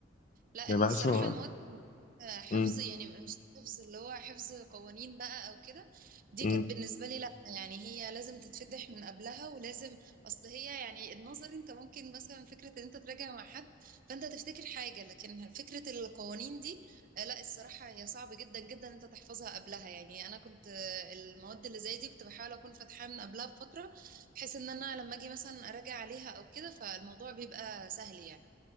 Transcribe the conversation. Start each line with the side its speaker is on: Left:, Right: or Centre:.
Right: لا
Left: يعني
Right: الصراحة
Left: بحس إن-
Right: المواد آه، حفظ
Left: امم
Right: يعني مش حفظ اللي هو حفظ قوانين بقى او كده دي
Left: امم
Right: كانت بالنسبة لي لا يعني هي لازم تتفتح من قبلها ولازم اصل هي يعني النظر انت ممكن مثلا فكرة ان انت تراجع مع حد فانت تفتكر حاجة لكن فكرة القوانين دي آه، لا الصراحة هي صعب جدا جدا انت تحفظها قبلها يعني انا كنت آه، المواد اللي زي دي كنت بحاول اكون فاتحاها من قبلها بفترة بحيث ان انا لما اجي مثلا اراجع عليها او كده فالموضوع بيبقى سهل يعني